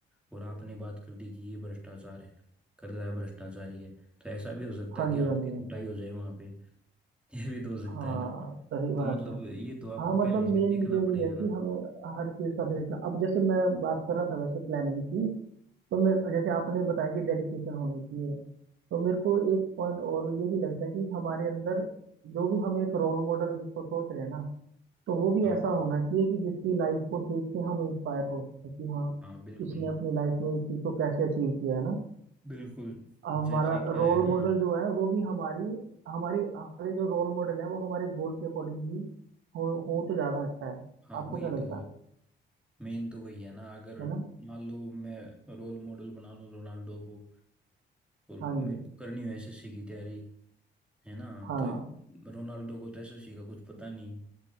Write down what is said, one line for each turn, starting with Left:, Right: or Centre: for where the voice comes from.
Centre: और आपने बात कर दी कि ये भ्रष्टाचार है कर रहा है भ्रष्टाचारी है तो ऐसा भी हो सकता
Right: हाँ
Centre: है कि
Right: जी
Centre: आपकी
Right: हाँ जी
Centre: कुटाई
Right: हाँ जी
Centre: हो जाए वहां पे <laughs> ये भी तो हो
Right: हाँ
Centre: सकता है ना
Right: सही बात
Centre: तो मतलब
Right: है
Centre: ये तो आपको
Right: हाँ मतलब
Centre: पहले से
Right: मेन
Centre: देखना
Right: यही
Centre: पड़ेगा
Right: है कि
Centre: ना
Right: हमें हर चीज़ का देखना अब जैसे मैं बात कर रहा था वैसे प्लानिंग की तो मेरे जैसे आपने बताया कि डेडिकेशन होनी चाहिए तो मेरे को एक पॉइंट और ये भी लगता है कि हमारे अंदर जो भी हम एक रोल मॉडल जिसको सोच रहे हैं ना तो वो भी
Centre: हाँ
Right: ऐसा होना चाहिए कि जिसकी लाइफ को देख के हम इंस्पायर हो सके कि हाँ
Centre: हाँ बिल्कुल
Right: इसने अपनी लाइफ में इस चीज़ को कैसे अचीव किया है ना
Centre: बिल्कुल
Right: अब
Centre: जैसे
Right: हमारा
Centre: क्या
Right: रोल
Centre: है ना
Right: मॉडल जो है वो भी हमारी हमारी हमारे जो रोल मॉडल है वो हमारे गोल के अकॉर्डिंग ही हो हो तो ज्यादा अच्छा है
Centre: हाँ
Right: आपको
Centre: वही
Right: क्या
Centre: तो
Right: लगता है
Centre: मेन तो वही है ना अगर
Right: है ना
Centre: मान लो मैं रोल मॉडल बना लूं रोनाल्डो को और
Right: हाँ
Centre: मेरे
Right: जी
Centre: को करनी हो एसएससी की तैयारी है ना
Right: हाँ
Centre: तो रोनाल्डो को तो एसएससी का कुछ पता नहीं